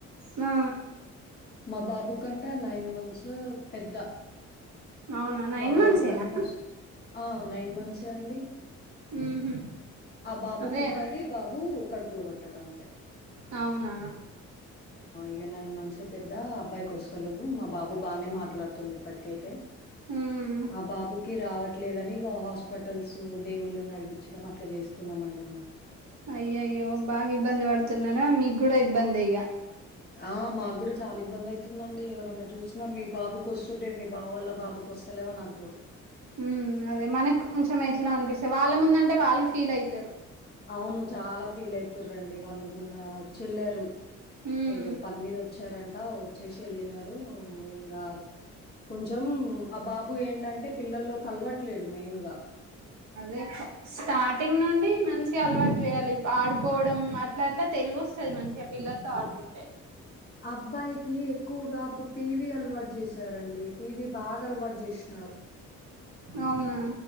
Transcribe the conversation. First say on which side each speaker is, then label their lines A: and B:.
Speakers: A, on the right; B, on the left.
A: నా
B: మా బాబు కంట నైన్ మంత్స్ త్ పెద్ద
A: అవునా నైన్
B: మా బాబు
A: మంత్స్
B: కన్నా
A: ఏనా
B: ఓస్ ఆ నైన్ మంత్స్ తే అండి
A: ఉహు
B: ఆ బాబు
A: అదే
B: పుట్టాడు ఇ బాబు కడుపులో పడ్ టడంతె
A: అవునా
B: ఇగ నైన్ మంత్స్ పెద్ద అబ్బాయికి వస్తలేవు మా బాబు బాగానే మాట్లాడుతుంది ఇప్పటికైతే
A: ఉమ్
B: ఆ బాబుకి రావట్లేదని ఇగ హాస్ప్ పటల్సు దేవుళ్ళని అడిగించడం అట్లా చేస్తున్నామ అండి ఇంగ
A: అయ్యాయో బాగా ఇబ్బంది పడుతున్నారా మీకు కూడా ఇబ్బంది ఇగ
B: ఆ మాక్ కూడా చాలా ఇబ్బందైతుందండి ఎవరన్నా చూసినా మీ బాబుకు ఒస్తున్నాయ్ మీ బావ వాళ్ళ బాబుక్ ఒస్తలేవ్ అన్ అంటురు
A: మ్ అదే మనక్ కొంచం ఎట్లా అనిపిస్తా వాళ్ళ ముందుంటే వాళ్ళు ఫీల్ అయితరు
B: అవును చాలా ఫీల్ అయితురండి వాళ్ళు మొన్న వచ్చేళ్ళారు
A: ఉమ్
B: ఏదో పని మీద ఒ ఒచ్చారంట ఒచ్చేసి ఎళ్ళినారు ఇంగా కొంచం ఆ బాబు ఏంటంటే పిల్లల్లో కలవట్లేడు మెయిన్గ
A: అదే ఫ స్టార్టింగ్ నుండి మంచి అలవాట్ చేయాలి ఆడు కోవడం అట్లా అట్లా తెల్వొస్తాది మంచిగా పిల్లలతో ఆడుకుంటే
B: అబ్బాయికి ఎక్కువగా ప్పుడ్ టీవీ అలవాటు చేసారండి టీవీ బాగా అలవాట్ చేష్న అ
A: అవునా